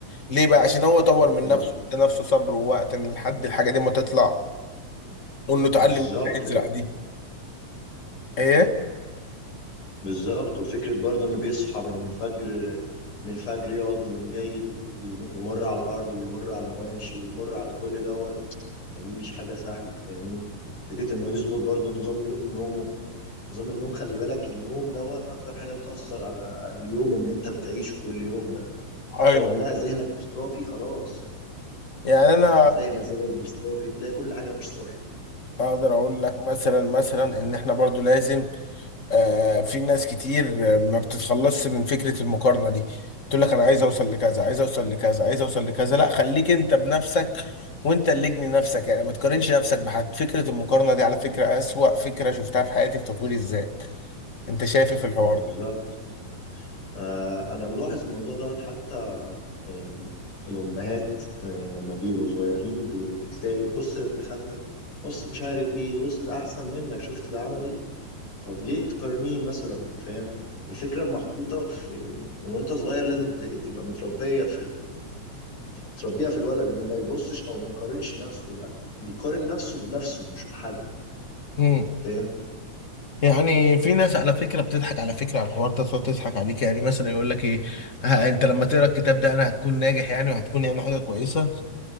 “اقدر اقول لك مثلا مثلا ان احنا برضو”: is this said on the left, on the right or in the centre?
Left